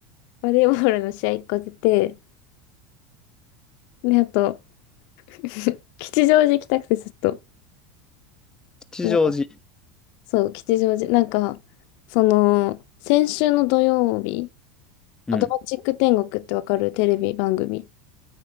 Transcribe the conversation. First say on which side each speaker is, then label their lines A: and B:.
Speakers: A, on the left (about 65°); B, on the left (about 15°).
A: バレーボールの試合一個出て、で、あと、<laughs> 吉祥寺行きたくてずっと。
B: 吉祥寺。
A: なんかそう、吉祥寺。なんか、その、先週の土曜日、
B: うん。
A: アドマチック天国ってわかるテレビ番組。